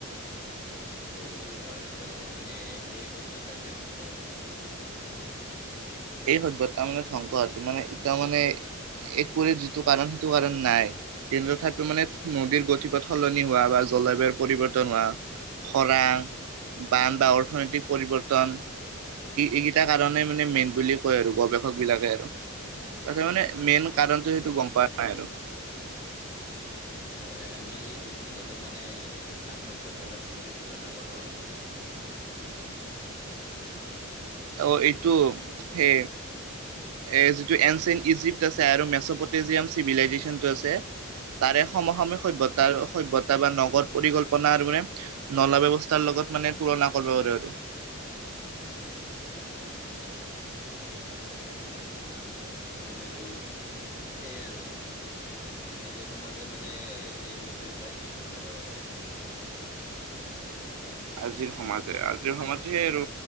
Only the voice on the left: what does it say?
অ আৰু তেওঁ মানে এই সভ্যতা কিয় ধ্বংস হ'ল পিছত?
উম,
অ',
<inaudible> আচ্ছা মানে আমি এই সভ্যতা টোক মানে আন সভ্যতা লগত কেনেকে তুলনা কৰিব পাৰো। <inaudible>
<inaudible> অ মানে তোৰ সেই আৰু আজিৰ সমাজে মানে এই বস্তুৰ পৰা কি শিক্ষা ল'ব পাৰে? <inaudible>